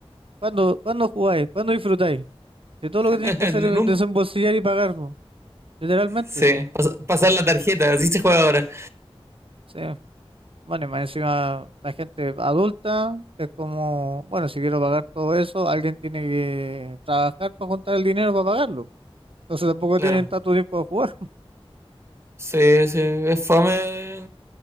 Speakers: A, on the right; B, on the right.
A: ¿cuándo, cuándo jugáis? ¿Cuándo disfrutáis? Si todo lo
B: <laughs>
A: que tenéis que hacer
B: Nunca.
A: es desembolsillar y pagar, po, Literalmente,
B: Sí.
A: sí.
B: Pas- pasar la tarjeta, así se juega ahora.
A: Sí. Bueno, y más encima la gente adulta es como, bueno, si quiero pagar todo eso, alguien tiene que trabajar para juntar el dinero para pagarlo. Entonces tampoco
B: Claro.
A: tienen tanto tiempo de jugar.
B: Sí, sí, es fome